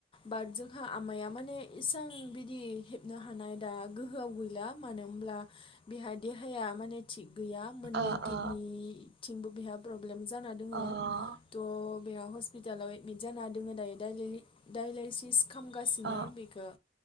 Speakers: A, on the left; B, on the right.
A: बाद जों हा आमाया माने इसां बिदि हेबनो हानाय दा गोहोआव गैला मानो होनोब्ला बेहा देहाया माने थिग गैया मोनै
B: ओ
A: किटनि
B: ओ
A: थिंबो बिहा ब्र ब्लेम जाना दोङो
B: ओ
A: थ' बेयाव हस्पिटालाव एडमिट जाना दोङो दायो दायलिलि डाइलायसिस खामगासिनो
B: ओ
A: बेखो